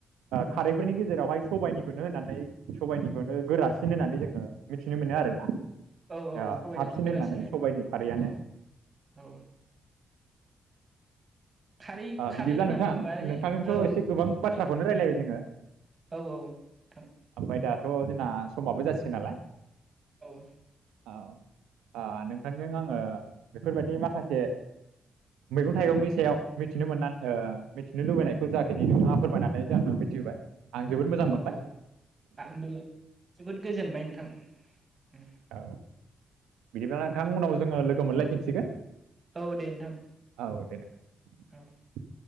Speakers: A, on the right (about 80°); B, on the right (about 40°).
A: खारैफोरनि गेजेरावहाय सबाइनिखौनो होननानै सबाइनिखौनो गोरासिन होननानै जोङो मिथिनो मोनो आरोना
B: औ औ
A: ओ
B: सबायाइनिखौगोरासिनो
A: साबसिन होननानै सबाइनि खारैयानो
B: औ औ खारै खारै
A: बिदिब्ला
B: होननानै
A: नोंथां
B: बुंबा औ
A: नोंथांनिथ' एसे गोबां बाथ्राखौनो रायलायबाय जोङो
B: औ औ नोंथां
A: ओमफ्राय दा थ' जोंना समाबो जासिगोन नालाय
B: औ
A: औ ओ नोंथांजों आङो बेफोरबायदि माखासे मैगं थाइगंनि सायाव मिथिनो मोननानै ओ मिथिनो लुबैनायखौ जाखिनि नोंथाङा फोरमायनानै जोंनो मिथिहोबाय। आं जोबोद मोजां
B: औ
A: मोनबाय
B: औ आंबो जोबोद गोजोनबाय नोंथां ।
A: औ बिदिब्ला नोंथां उनाव जोङो लोगो मोनलायफिनसिगोन
B: औ दे नोंथां
A: औ दे नोंथां।
B: औ